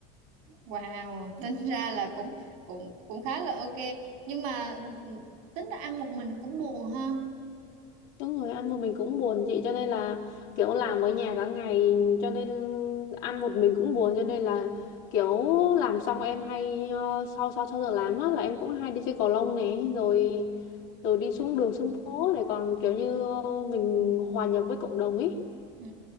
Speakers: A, on the right (about 80°); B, on the left (about 70°).
A: wow <laughs> tính ra là cũng cũng cũng khá là ok Nhưng mà ừ, tính ra ăn một mình cũng buồn ha
B: Đúng rồi, ăn một mình cũng buồn chị cho nên là kiểu làm ở nhà cả ngày cho nên ăn một mình cũng buồn cho nên là kiểu làm xong em hay ờ, sau sau sau giờ làm á là em cũng hay đi chơi cầu lông này rồi rồi đi xuống đường xuống phố để còn kiểu như ờ, mình hòa nhập với cộng đồng ấy.
A: ừ.